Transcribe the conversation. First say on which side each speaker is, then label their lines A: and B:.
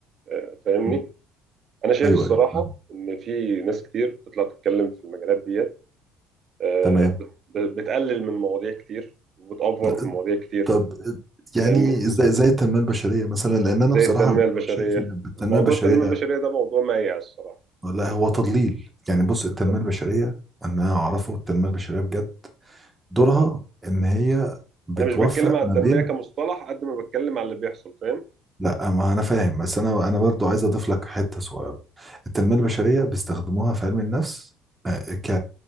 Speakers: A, on the right; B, on the right.
A: آه، فاهمني
B: مم.
A: انا شايف
B: ايوه
A: الصراحة
B: ايوه فاهم.
A: ان في ناس كتير بتطلع تتكلم في المجالات ديت آه،
B: تمام
A: بت- ب- بتقلل من مواضيع كتير وبتأفور
B: لا،
A: في مواضيع كتير
B: طب يعني
A: فاهمني
B: زي زي التنميه البشريه مثلا لان انا بصراحه
A: زي التنمية
B: ببقى
A: البشرية
B: شايف ان التنميه
A: موضوع
B: البشريه
A: التنمية البشرية ده موضوع مايع الصراحة
B: لا هو تضليل يعني بص
A: بالظبط
B: التنميه البشريه انا اعرفه التنميه البشريه بجد دورها ان هي بتوفق
A: انا مش بتكلم على
B: ما
A: التنميه
B: بين
A: كمصطلح قد ما بتكلم على اللي بيحصل فاهم
B: لا ما انا فاهم بس انا انا برضو عايز اضيف لك حته صغيره التنميه البشريه بيستخدموها في علم النفس آه، ك